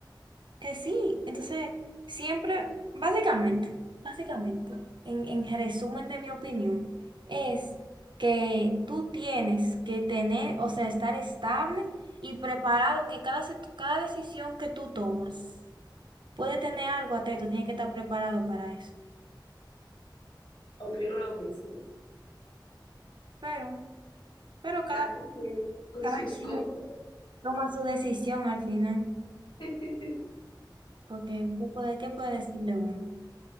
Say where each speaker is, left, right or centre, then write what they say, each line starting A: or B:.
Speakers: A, on the right; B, on the left.
A: Que sí, entonces siempre, básicamente, básicamente, en, en resumen de mi opinión, es que tú tienes que tener, o sea, estar estable y preparado, que cada, se- cada decisión que tú tomas puede tener algo atrás, y tú tienes que estar preparado para eso.
B: opino lo mismo.
A: Pero, pero cada,
B: Cada quien con
A: cada
B: sus
A: <laughs> quien
B: cosas.
A: toma su decisión al final,
B: <laughs>
A: porque ¿qué puede, qué puede decirle uno?